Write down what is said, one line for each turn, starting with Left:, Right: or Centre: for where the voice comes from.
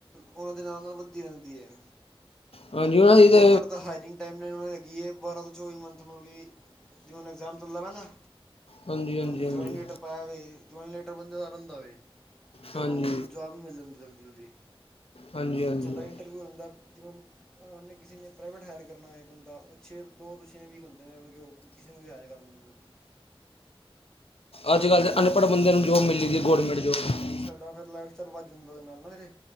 Centre: ਓਨਾਂ ਦੀ ਨਾਲ-ਨਾਲ ਵੱਧਦੀ ਰੈਂਦੀ ਐ।
Left: ਹਾਂਜੀ
Centre: ਹੁਣ,
Left: ਉਹਨਾਂ
Centre: ਓ
Left: ਦੀ ਤੇ
Centre: ਗੌਰਮੈਂਟ ਦਾ ਹਾਇਰਿੰਗ ਟਾਈਮ ਲਾਈਨ ਓਨਾਂ ਦੀ ਹੈਗੀ ਏ ਬਾਰਾਂ ਤੋਂ ਚੌਵੀ ਮੰਥ, ਮਤਲਬ ਕਿ ਜਿਵੇਂ ਹੁਨ ਐਗਜ਼ਾਮ ਚੱਲਦਾ ਪੇਆ ਨਾ
Left: ਹਾਂਜੀ ਹਾਂਜੀ
Centre: ਹੁਨ
Left: ਹਾਂਜੀ
Centre: ਜੋਈਨਿੰਗ ਲੇਟਰ ਪਾਇਆ ਹਵੇ, ਜੋਈਨਿੰਗ ਲੇਟਰ ਬੰਦਾ ਦਾ ਰੈਂਦਾ ਵੇ ਫਿਰ
Left: ਹਾਂਜੀ
Centre: ਓਨੂੰ ਜਵਾਬ ਵੀ ਮਿਲ ਜਾਂਦੀ ਜਲਦੀ-ਜਲਦੀ,
Left: ਹਾਂਜੀ ਹਾਂਜੀ
Centre: ਸਾਡਾ ਇੰਟਰਵਿਊ ਰੈਂਦਾ ਜਿਵੇਂ ਓਨੇ ਕਿਸੇ ਨੇ ਪ੍ਰਾਈਵੇਟ ਹਾਇਰ ਕਰਨਾ ਹੋਵੇ ਬੰਦਾ, ਓ ਛੇ, ਦੋ ਤੋਂ ਛੇ ਵੀਕ ਹੁੰਦੇ ਨੇ ਮਤਲਬ ਕਿ ਓ ਕਿਸੇ ਨੂੰ ਵੀ ਹਾਇਰ ਕਰ ਲੈਂਦੇ।
Left: ਅੱਜ ਕੱਲ ਤੇ ਅਨਪੜ੍ਹ ਬਦਿਆਂ ਨੂੰ ਜੋਬ ਮਿਲੀ ਦੀ ਏ, ਗੌਰਮੈਂਟ ਜੋਬ।
Centre: ਨਈ ਸਾਡਾ ਫਿਰ ਲਾਈਫ ਚਰ ਵੱਧ ਜਾਂਦਾ ਓਦੇ ਨਾਲ ਨਾ ਵੀਰੇ